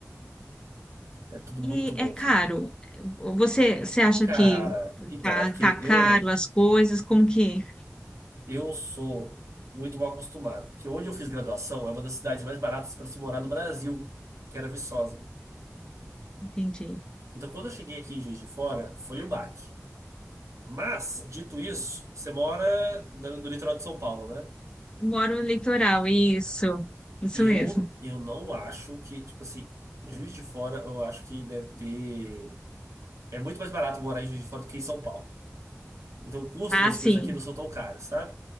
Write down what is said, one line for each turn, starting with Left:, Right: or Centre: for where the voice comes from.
Right: É tudo muito
Left: E
Right: bom
Left: é caro.
Right: aqui.
Left: Você, você acha
Right: Cara,
Left: que
Right: então,
Left: tá,
Right: é porque
Left: tá caro
Right: eu,
Left: as coisas? Como que?
Right: eu sou muito mal acostumado. Porque onde eu fiz graduação é uma das cidades mais baratas para se morar no Brasil, que era Viçosa.
Left: Entendi.
Right: Então, quando eu cheguei aqui em Juiz de Fora, foi um baque. Mas, dito isso, você mora na- no, litoral de São Paulo, né?
Left: Moro no litoral, isso. Isso
Right: E eu,
Left: mesmo.
Right: eu não acho que, tipo assim, Juiz de Fora, eu acho que deve ter. É muito mais barato morar em Juiz de Fora do que em São Paulo. Então o custo
Left: Ah,
Right: das
Left: sim,
Right: coisas aqui não são tão caras, sabe?